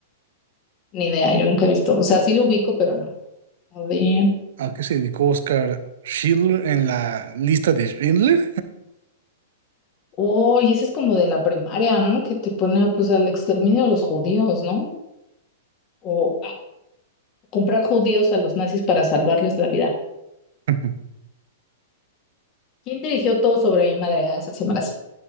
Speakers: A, on the left; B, on the right.
A: Ni idea, yo nunca he visto. O sea, sí lo ubico, pero no. A ver.
B: ¿A qué se dedicó Oscar Schindler en la lista de Schindler?
A: Oh, y ese es como de la primaria, ¿no? Que te pone pues al exterminio de los judíos, ¿no? O a comprar judíos a los nazis para salvarles la vida.
B: <laughs>
A: ¿Quién dirigió todo sobre mi madre? Ah, esa se me la sé.